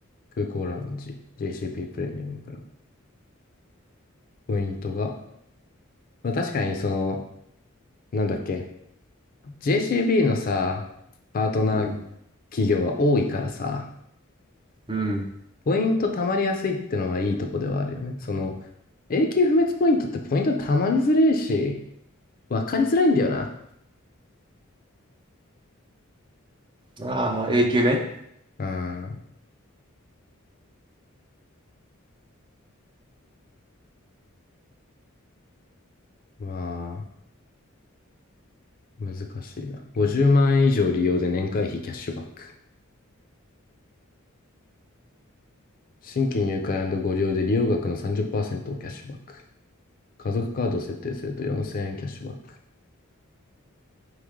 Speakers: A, on the left (about 45°); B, on the right (about 25°).
A: 空港ラウンジ、JCB プレミアムから。ポイントが。まあ確かにその、なんだっけ、JCB のさ、パートナー
B: うん、
A: 企業は多いからさ、
B: うん。
A: ポイント貯まりやすいってのはいいとこではあるよね。その、永久不滅ポイントってポイント貯まりづれえし、わかりづらいんだよな。
B: ああ、永久ね。
A: うん。まあ、難しいな。50万円以上利用で年会費キャッシュバック。新規入会ご利用で利用額の30%をキャッシュバック。家族カードを設定すると4000円キャッシュバック。